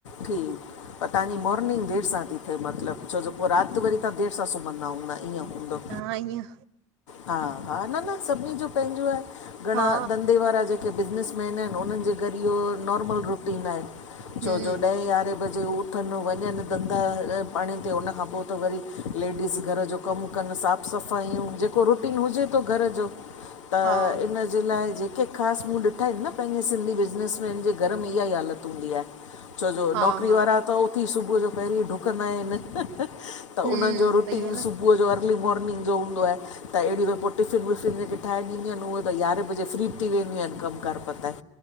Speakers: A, on the left; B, on the right.
A: ठीक पर तहांजी मोर्निंग देरि सां ती थिए मतिलबु, छो जो पो राति वरी तहां देरि सां सुम्हंदा हूंदा ईअं हूंदो
B: हा ईअं।
A: हा -हा, न -न, सभिनी जो पंहिंजो आहे घंणा
B: हा
A: धंधे वारा जे जेके बिज़निसमैन आहिनि, उन्हनि जे घरु इह्यो नॉर्मल रुटीन आहे।
B: हम्म
A: छोजो ॾहें यारहें बजे हू उथनि वंञंनि धंधा पांणी ते उन खां पो त वरी लेडीस घर जो कमु कनि साफ़ु सफ़ाइयूं जेको रुटीन हुजे तो घर जो त
B: हा
A: इन जे लाए जेके ख़ासि मूंं ॾिठा हिनि न पंहिंजे सिंधी बिज़नसमैन जे घर में इह्याई हालति हुंदी आहे। छोजो
B: हा
A: नौकिरी
B: हा
A: वारा त उथी सुबुअ जो पहिरीं ॾुकंदा हिनि। त
B: हम्म
A: उन्हनि जो रुटीन
B: सही आहे न
A: सुबुअ जो अर्ली मोर्निंग जो हूंदो आहे त अहिड़ीूं पोइ टिफ़िन, विफ़िन जेके ठाहे ॾींदियूं आहिन उहे त यारहें बजे फ्री ब थी वेंदियूं आहिन, कमु कार पताए।